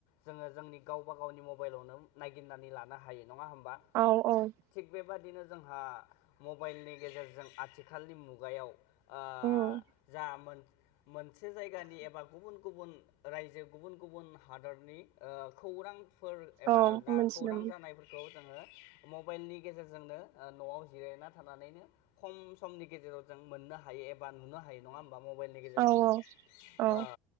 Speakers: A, on the left (about 70°); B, on the right (about 60°).
A: जोङो जोंनि गावबा गावनि मबाइलावनो नायगिरनानै लानो हायो नङा होमबा?
B: औ औ
A: थिग बेबादिनो जोंहा मबाइलनि गेजेरजों आथिखालनि मुगायाव ओ
B: उम
A: जा मोन-मोनसे जायगानि एबा गुबुन गुबुन रायजो गुबुन गुबुन हादरनि ओ खौरां फोर एबा
B: औ मोनथिनो
A: जा खौरां
B: मोनो
A: जानायफोरखौ जोङो मबाइलनि गेजेरजोंनो न'आव जिरायना थानानैनो खम समनि गेजेराव जों मोननो हायो एब बा नुनो हायो नङा होमबा? मबाइलनि गेजेरजों
B: औ औ
A: ओ